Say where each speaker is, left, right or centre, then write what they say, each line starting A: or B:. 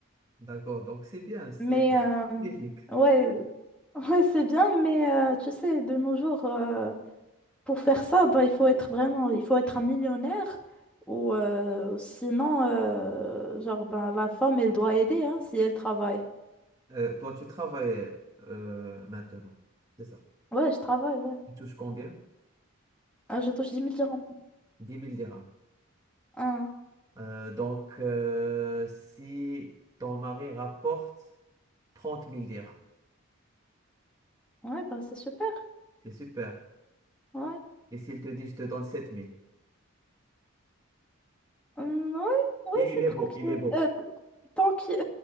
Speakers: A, on the right; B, in the centre.
A: D'accord. Donc, c'est bien, c'est
B: Mais
A: magnifique.
B: euh, ouais, Ouais, c'est bien, mais euh, tu sais, de nos jours, euh, pour faire ça, bah, il faut être vraiment, il faut être un millionnaire ou euh, sinon, euh, genre, ben, la femme, elle doit aider hein, si elle travaille.
A: Euh, toi, tu travailles euh, maintenant, c'est ça.
B: Ouais, je travaille, ouais.
A: Tu touches combien?
B: Ah, je touche 10 000 dirhams.
A: Dix mille dirhams.
B: Ah,
A: Euh, donc, euh, si ton mari rapporte trente mille dirhams,
B: ouais, bah, c'est super.
A: c'est super.
B: Ouais,
A: Et s'il te dit, je te donne sept mille.
B: Hum, ouais, ouais,
A: Et il
B: c'est
A: est
B: tranquille.
A: beau, il est beau.
B: Euh, t- tranquille.